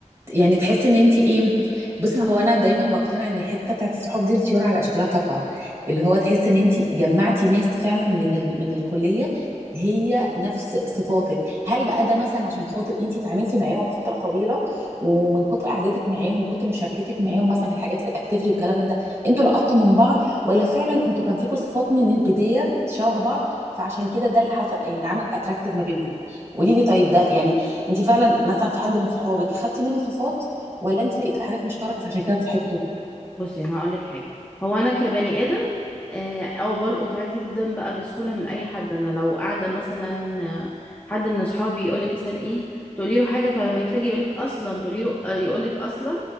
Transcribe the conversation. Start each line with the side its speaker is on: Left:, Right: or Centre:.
Right: يعني تحس ان انت ايه بصي هو انا دايما بقتنع ان الحته بتاعت الصحاب دي الطيور على اشكالها تقع اللي هو تحس ان انت جمعتي ناس فعلا من ال... من الكليه هي نفس صفاتك هل بقى ده مثلا عشان خاطر انت اتعاملتي معاهم فتره طويله ومن كتر قعدتك معاهم من كتر مشاركتك معاهم مثلا في الحاجات في الاكتيفيتي والكلام من ده انتوا لقطتوا من بعض ولا فعلا انتوا كان فيكم صفات من البدايه شبه بعض فعشان كده ده اللي حصل اللي عمل اتراكتيف ما بينكم قولي لي طيب ده يعني انت فعلا مثلا في حد من صحابك خدتي منه صفات ولا انت لقيتي حاجات مشتركه فعشان كده صاحبته
Left: بصي انا هقول لك حاجه هو انا كبني ادم آه، او بلقط عادي جدا بقى بسهوله من اي حد انا لو قاعده مثلا آه، حد من اصحابي يقول لك مثلا ايه تقولي له حاجه فلما يتفاجئ يقول لك اصلا تقولي له آه، يقول لك اصلا